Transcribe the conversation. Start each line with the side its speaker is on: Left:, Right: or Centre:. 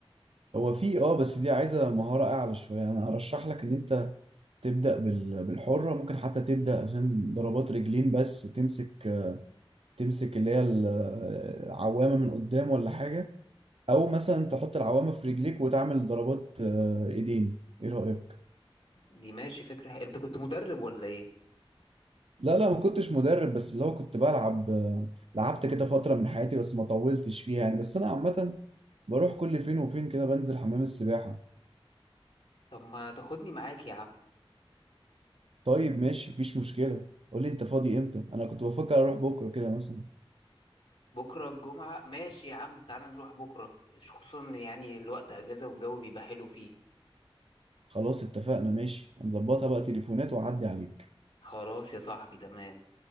Right: هو في اه بس دي عايزه مهاره اعلى شويه انا ارشح لك ان انت تبدا بال... بالحره ممكن حتى تبدا فاهم ضربات رجلين بس وتمسك تمسك اللي هي العوامه من قدام ولا حاجه او مثلا تحط العوامة في رجليك وتعمل ضربات آه، ايدين ايه رأيك
Left: دي ماشي فكرة حلوة. أنت كنت مدرب ولا إيه؟
Right: لا لا ما كنتش مدرب بس اللي هو كنت بلعب آه، لعبت كده فترة من حياتي بس ما طولتش فيها يعني بس انا عامة بروح كل فين وفين كده بنزل حمام السباحة
Left: طب ما تاخدني معاك يا عم
Right: طيب ماشي مفيش مشكلة قول لي انت فاضي امتى انا كنت بفكر اروح بكرة كده مثلا
Left: بكرة الجمعة ماشي يا عم تعالى نروح بكرة خصوصا إن يعني الوقت أجازة والجو بيبقى حلو فيه
Right: خلاص اتفقنا ماشي هنظبطها بقى تليفونات واعدي عليك
Left: خلاص يا صاحبي تمام